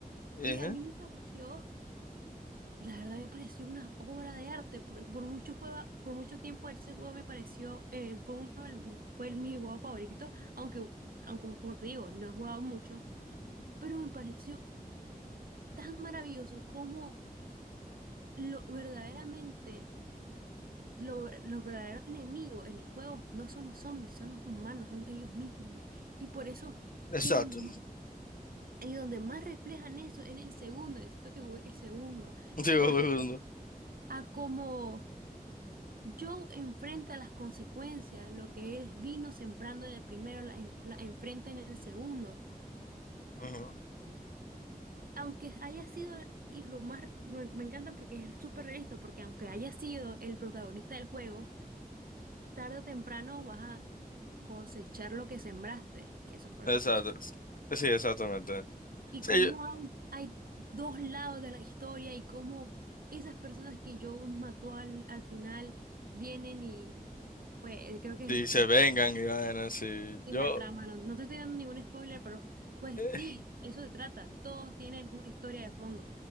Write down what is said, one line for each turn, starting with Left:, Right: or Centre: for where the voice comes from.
Left: Uhum.
Right: Y a mí me pareció, la verdad me pareció una obra de arte. Por, por mucho juego, por mucho tiempo ese juego me pareció, eh, fue uno de mis- fue el, mi juego favorito, aunque, aunque como como te digo, no he jugado mucho pero me pareció tan maravilloso como lo verdaderamente, lo, ver- los verdaderos enemigos en el juego no son los zombies, son los humanos, son ellos mismos. Y por eso,
Left: Exato.
Right: y donde, y donde más reflejan eso en el segundo, necesito que juegue el segundo,
Left: Digo,
Right: porque
Left: Bruno.
Right: a como Joe enfrenta las consecuencias, lo que él vino sembrando en el primero, la, en- la enfrenta en el segundo.
Left: Ujú,
Right: aunque haya sido, y lo más, me, me encanta porque es súper realista, porque aunque haya sido el protagonista del juego, tarde o temprano vas a cosechar lo que sembraste, que eso fue
Left: Exacto.
Right: lo que pasó.
Left: Sí, exactamente.
Right: Y
Left: Sí,
Right: cómo hay, hay dos lados de la historia y cómo esas personas que yo mató al, al final vienen y, pues, eh, creo que
Left: y
Right: es,
Left: se
Right: es
Left: vengan
Right: la
Left: y vayan sí.
Right: Es
Left: Yo.
Right: la trama, no, no te estoy dando ningún spoiler, pero pues
Left: eh,
Right: sí, eso se trata. Todos tienen una historia de fondo,